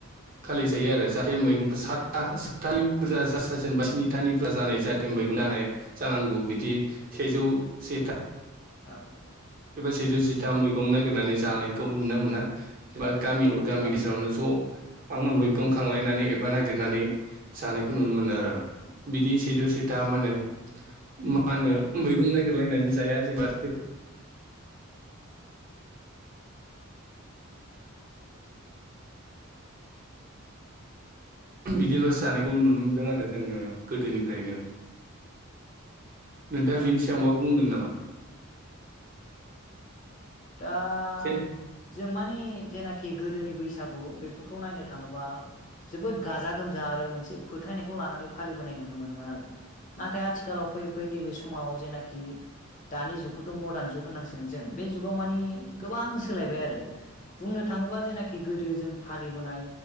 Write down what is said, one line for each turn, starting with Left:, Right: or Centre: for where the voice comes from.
Right: खालि जायो आरो जाहाथे मैगंफ्रा सतथा सातथानि बुरजा जेनेबा स्निथानि जानाय जाहाथे मैगं जानाय जानांगौ बिदि सेजौ सेथा
Left: औ
Right: एबा सेजौ जिथाम मैगं नागिरनानै जानायखौ नुनो मोना एबा गामियावनो गामि
Left: औ
Right: गेजेरावनो ज' आङो मैगं खांलायनानै एबा नागिरनानै जानायखौ नुनो मोनो आरो बिदि सेजौ स दा मा होनो मा होनो मैगं नयगिरलायनानै जाया जेनेबा <unintelligible> बिदि लस जानायखौ
Left: औ
Right: नुनो मोनदों आरो जोङो गोदोनिफ्रायनो नोंथाङा
Left: औ
Right: बिनि सायाव माबा बुंगोन नामा
Left: दा
Right: एसे
Left: जों माने जेनाखि गोदोनि बैसागु बेफोरखौ नायनो थाङोबा जोबोद गाजा गोमजा आरो मोनसे फोथायनायखौ लानानै फालिबोनाय नुनो मोनोमोन आरो नाथाय आथिखालाव फैयै फैयै नैबे समाव जेनाखि दानि जुखु मदार्न जुग होननांसिगोन जों बे <unintelligible> <unintelligible> मानि गोबां सोलायबाय <unintelligible> बुंनो थाङोबा जेख गोदो जों फालिबोनाय